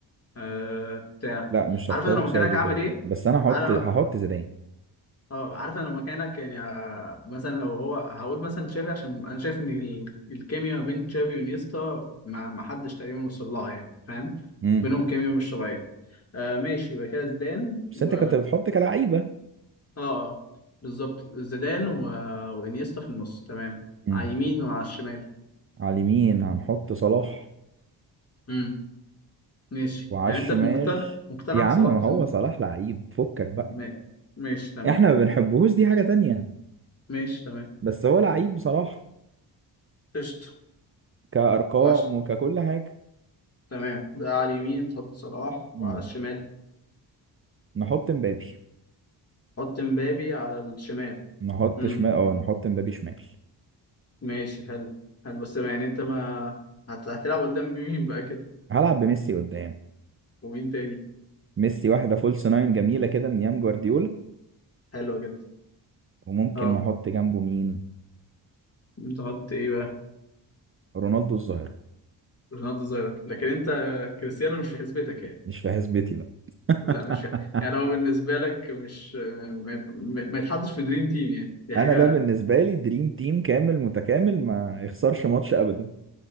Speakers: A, on the left (about 30°); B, on the right (about 30°).
A: آه بتاع
B: لا مش
A: عارف
B: هختار
A: انا لو
B: تشافي
A: مكانك هعمل
B: كده
A: ايه
B: بس انا هحط
A: انا
B: هحط زيدان
A: اه عارف انا لو مكانك يعني آه، مثلا لو هو هقول مثلا تشافي عشان انا شايف ان ال- الكيميا ما بين تشافي ونيستا ما ما حدش تقريبا وصل لها يعني فاهم
B: امم
A: بينهم كيميا مش طبيعيه آه ماشي يبقى كده زيدان
B: بس
A: و
B: انت كنت بتحط كلعيبه
A: اه بالظبط زيدان و... وانيستا في النص تمام
B: امم
A: على اليمين وعلى الشمال
B: على اليمين هنحط صلاح
A: امم ماشي
B: وعلى
A: يعني
B: الشمال
A: انت مقتنع مقتنع
B: يا
A: بصلاح
B: عم ما
A: بذمتك
B: هو صلاح لعيب فكك بقى
A: ما- ماشي تمام
B: احنا ما بنحبهوش دي حاجة تانية
A: ماشي تمام
B: بس هو لعيب بصراحة
A: قشطة
B: كأرقام
A: وعشرة
B: وككل حاجة
A: تمام ده على اليمين تحط صلاح
B: مم.
A: وعلى الشمال
B: نحط مبابي
A: حط مبابي على الشمال
B: نحط
A: امم
B: شمال اه نحط مبابي شمال
A: ماشي حلو حلو بس يعني انت ما هت... هتلعب قدام مين بقى كده
B: هلعب بميسي قدام
A: ومين تاني
B: ميسي واحدة فولس ناين جميلة كده من ايام جوارديولا
A: حلو جدا
B: وممكن
A: اه
B: نحط جنبه مين
A: تحط ايه بقى
B: رونالدو الظاهرة
A: رونالدو ظاهرة لكن انت كريستيانو مش في حسبتك يعني
B: مش في حسبتي لا <laughs>
A: لا مش ه- يعني هو بالنسبة لك مش ما, ينف- ما ما يتحطش في دريم تيم يعني دي
B: انا
A: حاجة
B: ده بالنسبة لي دريم تيم كامل متكامل ما يخسرش ماتش ابدا